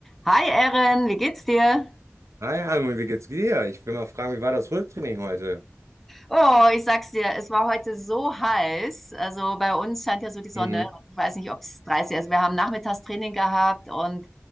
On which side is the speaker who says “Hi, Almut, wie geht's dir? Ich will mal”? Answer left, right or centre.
Right